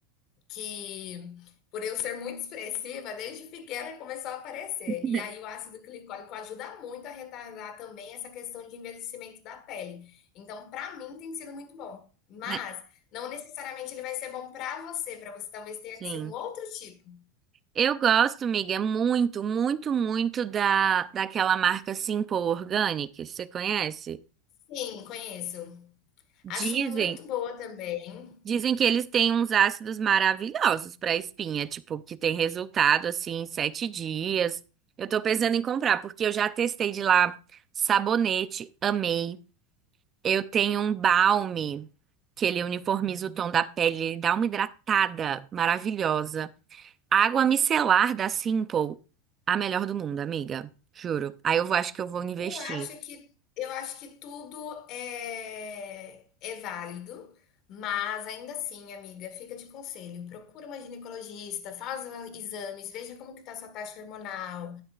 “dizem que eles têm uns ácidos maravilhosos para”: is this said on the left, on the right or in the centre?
Right